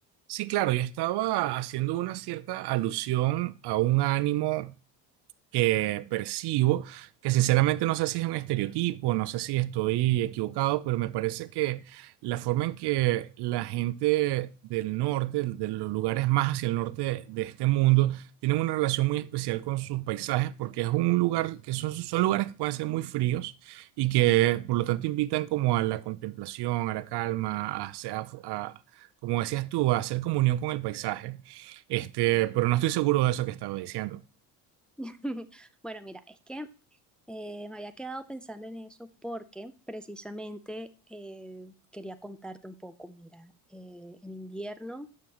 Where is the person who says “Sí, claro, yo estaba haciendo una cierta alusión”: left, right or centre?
Right